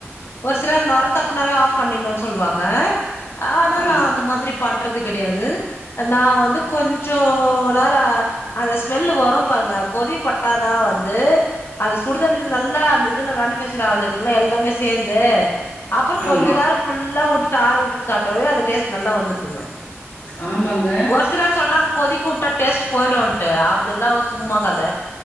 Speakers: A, on the left (about 55°); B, on the left (about 75°).
A: ஒரு சிலர் நொரத்தப்புனாவே ஆஃப் பண்ணினு சொல்லுவாங்க ஆனா
B: ஆம்
A: நா அந்த மாதிரி பண்றது கேடையாது நா வந்து கொஞ்சோ நேரோ அந்த ஸ்மெல்லு வரு பாருங்க கொதி பட்டாதா வந்து அது சுடுதண்ணில நல்லா அந்த இதுல மேனிஃபேக்சர் ஆகுதுல்லாங்க எல்லாமே சேந்து அப்றோ
B: ஆமாம்
A: கொஞ்ச நேரோ ஃபுல்லா உட்டுட்டு ஆற உட்டுட்டு சாப்ட்டவே அது டேஸ்ட் நல்லா வந்துருதுங்க
B: ஆமாங்க
A: ஒரு சிலர் சொல்றாங்க கொதிக்க உட்டா டேஸ்ட் போயிடுன்ட்டு அதுல்ல சும்மா கத